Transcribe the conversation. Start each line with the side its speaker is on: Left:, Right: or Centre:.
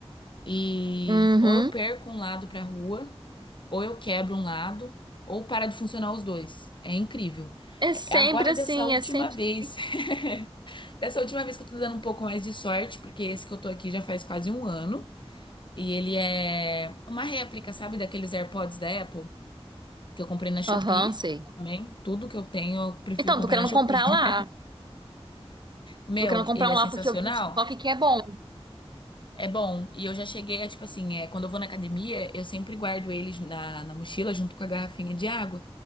Left: E
Right: Uhum.
Left: ou eu perco um lado pra rua, ou eu quebro um lado, ou para de funcionar os dois. É incrível.
Right: É
Left: É-
Right: sempre
Left: Agora,
Right: assim,
Left: dessa última
Right: é sempre.
Left: vez,
Right: assim.
Left: <laughs> dessa última vez que eu tô dando um pouco mais de sorte, porque esse que eu tô aqui já faz quase um ano. E ele é uma réplica, sabe, daqueles AirPods da Apple, que eu comprei na Shopee
Right: Aham, sei.
Left: também. Tudo que eu tenho, eu prefiro
Right: Então,
Left: comprar
Right: tô querendo
Left: na Shopee.
Right: comprar
Left: <laughs>
Right: lá.
Left: Meu,
Right: Tô querendo comprar
Left: ele
Right: um
Left: é
Right: lá
Left: sensacional.
Right: porque eu vi no TikTok que é bom.
Left: É bom. E eu já cheguei a, tipo assim, é, quando eu vou na academia, eu sempre guardo eles na, na mochila junto com a garrafinha de água.